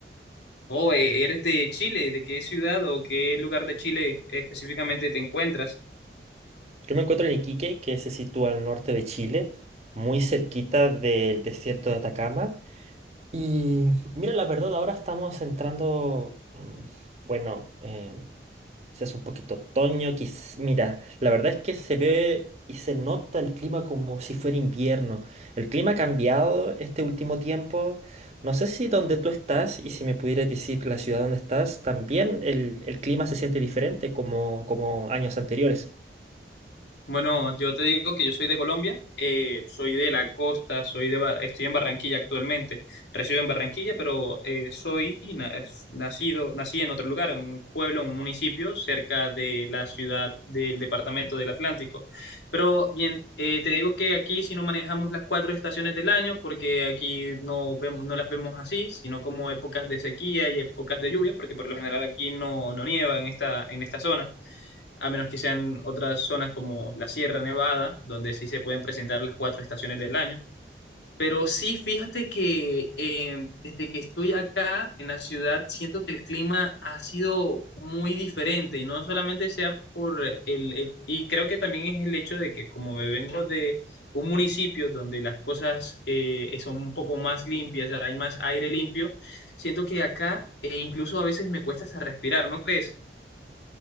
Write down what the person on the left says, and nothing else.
Oh, eh, ¿eres de Chile? ¿De qué ciudad o qué lugar de Chile específicamente te encuentras?
Bueno, yo te digo que yo soy de Colombia, eh, soy de la costa, soy de, Ba- estoy en Barranquilla actualmente, resido en Barranquilla, pero eh, soy na- nacido, nací en otro lugar, en un pueblo, en un municipio cerca de la ciudad del departamento del Atlántico. Pero bien, eh, te digo que aquí si no manejamos las cuatro estaciones del año, porque aquí no vemos, no las vemos así, sino como épocas de sequía y épocas de lluvia, porque por lo general aquí no, no nieva en esta, en esta zona a menos que sean otras zonas como la Sierra Nevada, donde sí se pueden presentar las cuatro estaciones del año. Pero sí, fíjate que eh, desde que estoy acá en la ciudad, siento que el clima ha sido muy diferente y no solamente sea por el, el- y creo que también es el hecho de que como me vengo de un municipio donde las cosas eh, son un poco más limpias, hay más aire limpio, siento que acá eh, incluso a veces me cuesta hasta respirar, ¿no crees?